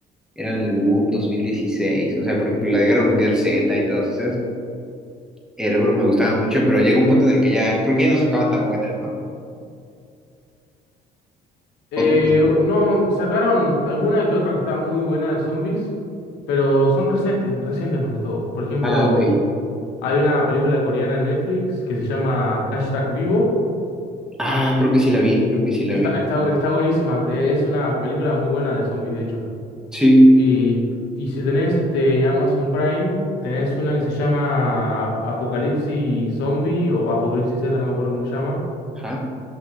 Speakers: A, in the centre; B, on the left.
A: eran el boom 2016, o sea, por ejemplo, la de Guerra Mundial Z y todas esas, era algo que me gustaban mucho, pero llega un punto en el que ya, creo que ya no sacaban tan buenas, ¿no?
B: Eh,
A: O
B: no, sacaron alguna que otra que está muy buena de zombies, pero son recientes, recientes más que todo. Por ejemplo,
A: Ah, ok.
B: hay una película coreana en Netflix que se llama Hashtag Vivo.
A: Ah, creo que sí la vi, creo que sí la
B: Está,
A: vi.
B: está, está buenísima, de- es una película muy buena de zombies, de hecho.
A: Sí.
B: Y, y si tenés este Amazon Prime, tenés una que se llama Ap- Apocalipsis Zombie o Apocalipsis Z, no me acuerdo cómo se llama.
A: Ajá.